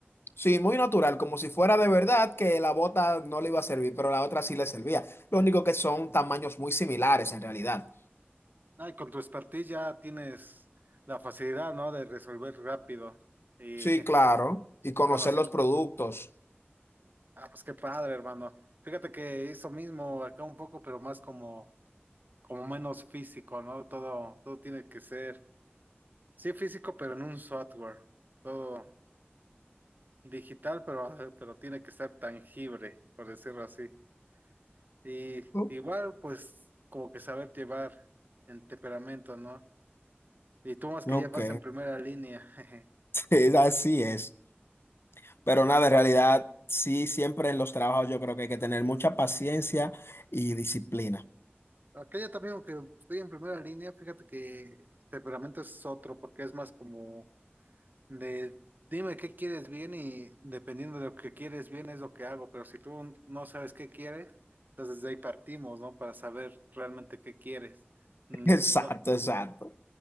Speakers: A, on the left (about 70°); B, on the right (about 45°).
A: Sí, muy natural, como si fuera de verdad que la bota no le iba a servir, pero la otra sí le servía. Lo único que son tamaños muy similares en realidad.
B: No, y con tu expertise ya tienes la facilidad, ¿no? De resolver rápido y
A: Sí, claro. Y conocer
B: <laughs> conociendo.
A: los productos.
B: Ah, pues qué padre, hermano. Fíjate que eso mismo acá un poco, pero más como, como menos físico, ¿no? Todo, todo tiene que ser, sí físico, pero en un software. Todo digital, pero, eh, pero tiene que ser tangible, por decirlo así. Y
A: Ujú.
B: igual, pues, como que saber llevar en temperamento, ¿no? Y tú más
A: Ok,
B: que llevas en primera línea. <laughs>
A: <laughs> así es. Pero
B: ¿A
A: nada,
B: a
A: en realidad, sí, siempre en los trabajos yo creo que hay que tener mucha paciencia y disciplina.
B: Acá ya también, aunque estoy en primera línea, fíjate que temperamento es otro, porque es más como de dime qué quieres bien y dependiendo de lo que quieres bien es lo que hago, pero si tú no sabes qué quieres, entonces de ahí partimos, ¿no? Para saber realmente qué quieres. Mm,
A: <laughs> Exacto,
B: no. <laughs>
A: exacto.